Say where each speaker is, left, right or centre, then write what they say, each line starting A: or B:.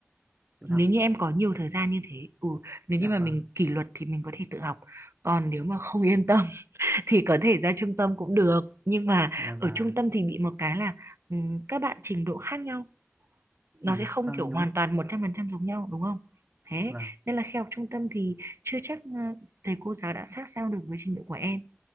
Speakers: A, on the right (about 30°); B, on the right (about 70°).
A: tự
B: nếu
A: học.
B: như em có nhiều thời gian như thế. Ừ, nếu
A: Dạ
B: như mà mình
A: vâng.
B: kỷ luật thì mình có thể tự học. Còn nếu mà không yên tâm <laughs> thì có thể ra trung tâm cũng được. Nhưng mà
A: dạ
B: ở
A: và
B: trung tâm thì bị một cái là ừm, các bạn trình độ khác nhau, nó
A: ừ,
B: sẽ không
A: vâng
B: kiểu hoàn
A: đúng
B: toàn 100% giống nhau đúng không? Thế
A: và
B: nên là khi học trung tâm thì chưa chắc ờ, thầy cô giáo đã sát sao được với trình độ của em.